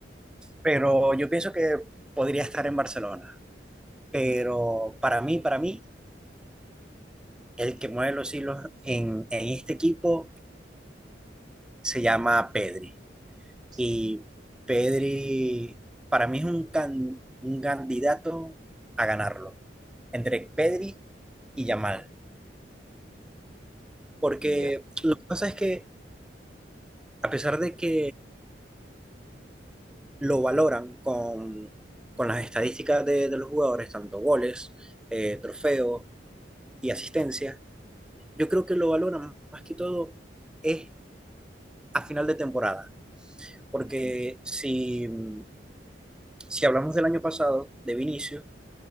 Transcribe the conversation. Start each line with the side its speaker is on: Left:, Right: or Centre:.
Centre: Pero yo pienso que podría estar en Barcelona. pero
Right: Ujú,
Centre: para mí, para mí, el que mueve los hilos en, en este equipo se llama Pedri.
Right: Sí,
Centre: Y Pedri, para mí es un, can- un candidato a ganarlo, entre Pedri y Yamal. Porque
Right: ya.
Centre: lo que pasa es que, a pesar de que lo valoran con, con las estadísticas de, de los jugadores, tanto goles, eh, trofeos y asistencia, yo creo que lo valoran más que todo es a final de temporada Porque
Right: ujú,
Centre: si, mm, si hablamos del año pasado, de Vinicius,